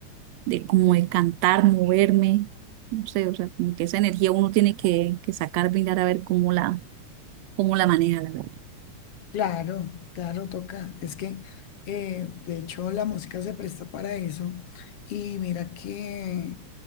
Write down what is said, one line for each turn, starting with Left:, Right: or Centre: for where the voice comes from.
Right: de como de cantar, moverme, no sé, o sea, como que esa energía uno tiene que, que sacar, mirar a ver cómo la, cómo la maneja, la verdad,
Left: Claro, claro, toca. Es que eh, de hecho la música se presta para eso. Y mira que